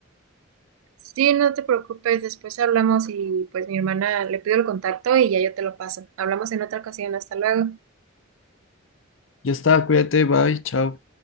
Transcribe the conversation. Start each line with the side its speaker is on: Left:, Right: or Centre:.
Right: Sí, no te preocupes, después hablamos y pues mi hermana le pido el contacto y ya yo te lo paso. Hablamos en otra ocasión, hasta luego.
Left: Ya está, cuídate, bye, chao.